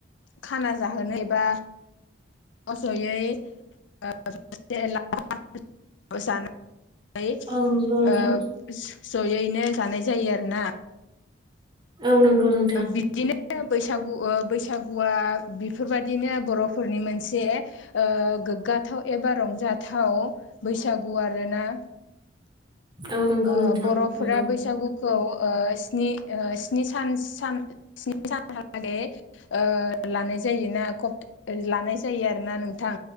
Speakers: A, on the left; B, on the right.
A: खाना जाहोनो एबा ज जयै <unintelligible> जानो ओ
B: औ नंगौ नोंथां
A: जयैनो जानाय जायो आरोना
B: औ नंगौ नों
A: बिदिनो बैसागु ओ बैसागुआ बेफोरबादिनो बरफोरनि मोनसे ओ गोग्गा जाथाव एबा रंजाथाव बैसागु आरोना
B: औ नंगौ
A: ओ
B: नोंथां
A: बर'फोरा
B: नंगौ
A: बैसागु खौ ओ स्नि ओ स्नि सान सान स्नि साना लागै ओ लानाय जायोना कपत ओ लानाय जायो आरोना नोंथां